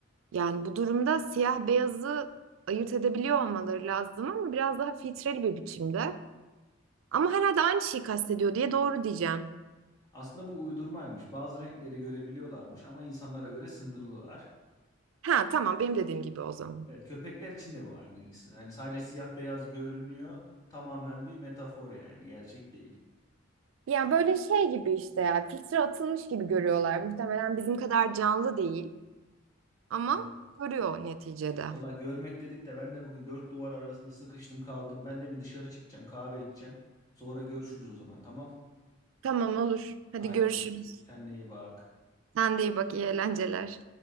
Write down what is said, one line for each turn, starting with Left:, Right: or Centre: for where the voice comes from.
Right: yani bu durumda siyah beyazı ayırt edebiliyor olmaları lazım ama biraz daha filtreli bir biçimde. Ama herhalde aynı şeyi kastediyor diye doğru diyeceğim.
Left: Aslında bu uydurmaymış. Bazı renkleri görebiliyorlarmış ama insanlara göre sınırlılar.
Right: Ha tamam benim dediğim gibi o zaman.
Left: Evet, köpekler için de bu aynı. Hani sadece siyah beyaz görünüyor. Tamamen bir metafor yani, gerçek değil.
Right: Yani böyle şey gibi işte ya filtre atılmış gibi görüyorlar. Muhtemelen bizim kadar canlı değil ama
Left: Evet.
Right: görüyor neticede.
Left: Valla görmek dedik de ben de bugün dört duvar arasında sıkıştım kaldım. Ben de bir dışarı çıkacağım, kahve içeceğim. Sonra görüşürüz o zaman, tamam?
Right: Tamam olur.
Left: Haydi
Right: Hadi görüşürüz.
Left: görüşürüz. Kendine iyi bak.
Right: Sen de iyi bak, iyi eğlenceler.